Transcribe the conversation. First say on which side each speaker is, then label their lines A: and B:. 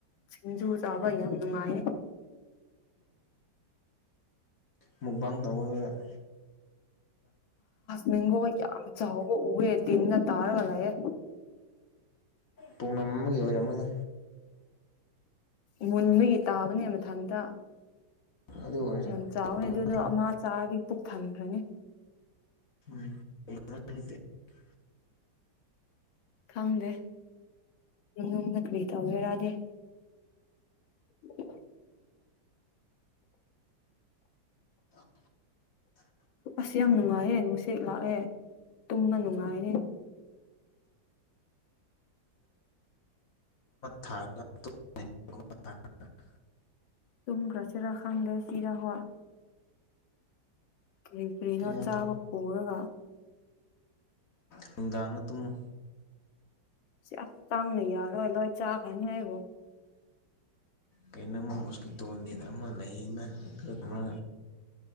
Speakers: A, on the left; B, on the left.
A: ꯁꯤꯡꯖꯨ ꯆꯥꯕ ꯌꯥꯝ ꯅꯨꯡꯉꯥꯏ
B: ꯃꯨꯛꯕꯥꯡ ꯇꯧꯃꯗꯨꯅ <inaudible>
A: ꯃꯦꯡꯒꯣ ꯌꯥꯝ ꯆꯥꯎꯕ ꯎꯌꯦ ꯇꯤꯅꯤꯅ ꯇꯥꯔꯒꯂꯌꯦ
B: ꯄꯥꯎꯅꯝ ꯑꯃꯒꯤ ꯑꯣꯏꯔꯝꯃꯅꯤ
A: ꯃꯨꯟꯕꯒꯤ ꯇꯥꯕꯅꯦ ꯃꯊꯟꯇ
B: ꯑꯗꯨ ꯑꯣꯏꯔꯁꯨ
A: ꯌꯥꯝ ꯆꯥꯎꯋꯦ ꯑꯗꯨꯗꯣ
B: ꯑꯃꯅꯤ
A: ꯑꯃꯥ ꯆꯔꯥꯒꯤ ꯄꯨꯛ ꯊꯟꯈ꯭ꯔꯅꯤ
B: ꯎꯝ <unintelligible>
A: ꯈꯪꯗꯦ ꯅꯨꯡꯗ ꯀꯔꯤ ꯇꯧꯒꯦꯔꯗꯤ <unintelligible>
B: ꯑ <unintelligible>
A: ꯑꯁ ꯌꯥꯝ ꯅꯨꯡꯉꯥꯏꯌꯦ ꯅꯨꯡꯁꯤꯠ ꯂꯥꯛꯑꯦ ꯇꯨꯝꯕ ꯅꯨꯡꯉꯥꯏꯌꯦ
B: ꯊ <unintelligible> ꯑ <inaudible>
A: ꯇꯨꯡꯒ꯭ꯔꯁꯤꯔ ꯈꯥꯡꯒꯦ ꯆꯤꯔꯥ <inaudible> ꯀꯔꯤꯅꯣ
B: ꯇꯨꯝꯃꯨ
A: ꯆꯥꯕ ꯄꯨꯔꯒ
B: ꯅꯨꯡꯗꯥꯡꯅ ꯇꯨꯝꯃꯨ
A: ꯁꯤ ꯇꯥꯡꯅ ꯌꯥꯔꯣꯏ ꯂꯣꯏ ꯆꯥ ꯈꯅꯤ ꯍꯥꯏꯕꯣ
B: ꯀꯩꯅꯣꯝ ꯃꯣꯁꯀꯤꯇꯣꯟ ꯅꯤ ꯑꯃ ꯂꯩꯅ ꯑꯗꯨꯒ